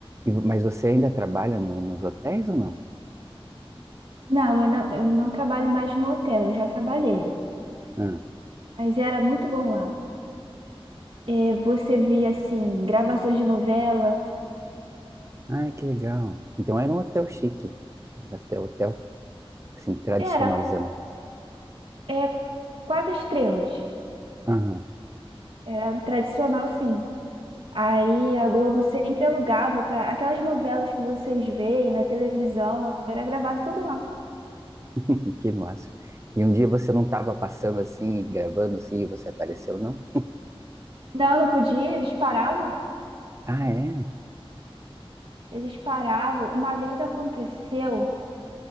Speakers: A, on the right; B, on the right.
A: E mas você ainda trabalha no- nos hotéis ou não?
B: Não, eu, ainda- eu não trabalho mais no hotel, eu já trabalhei.
A: Ah,
B: Mas era muito bom lá. É, você via, assim, gravações de novela.
A: ai, que legal. Então era um hotel chique. Era até hotel, assim, tradicionalzão.
B: Era, é, quatro estrelas.
A: Aham,
B: Era tradicional, sim. Aí a Globo sempre alugava para aquelas novelas que vocês veem na televisão, era gravado tudo lá.
A: <laughs> que massa. E um dia você não estava passando assim, gravando assim, e você apareceu, não?
B: Não, não podia, eles paravam.
A: Ah, é?
B: Eles paravam. Uma vez aconteceu